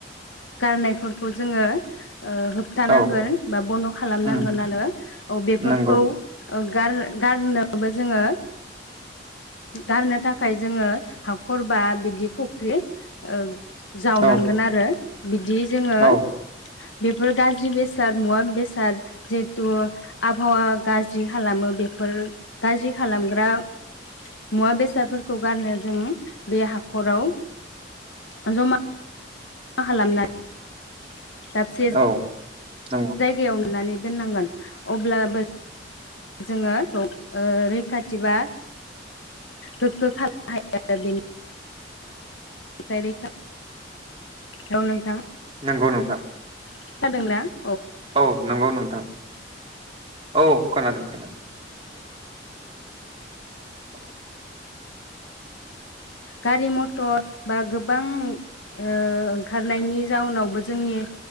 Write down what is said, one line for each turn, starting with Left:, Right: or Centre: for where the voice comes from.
Left: गारनायफोरखौ जोङो ओ होबथानांगोन
Right: औ
Left: बा बन्द' खालामनांगोन
Right: उम
Left: आरो औ बेफोरखौ
Right: नंगौ
Left: ओ गार गारनोबो जोङो गारनो थाखाय जोङो हाखर बा बिदि फख्रि ओं जावनांगोन
Right: औ
Left: आरो बिदि जोङो
Right: औ
Left: बेफोर गाज्रि बेसाद मुवा बेसाद जिहेतु आबहावा गाज्रि खालामो बेफोर गाज्रि खालामग्रा मुवा बेसादफोरखौ गारनो जों बे हाखराव ओ जमा <unintelligible> दाबसे
Right: औ नंगौ
Left: जायगायाव नुनानै दोननांगोन अब्लाबो जोङो ओ रैखाथि बा गोग्गो <unintelligible> <unintelligible> नोंथां
Right: नंगौ नोंथां
Left: <unintelligible>
Right: औ नोंगौ नोंथां औ खोनादों खोनादों <inaudible>
Left: गारि मथर बा गोबां ओ ओंखारनायनि जाउनावबो जोंनि ओ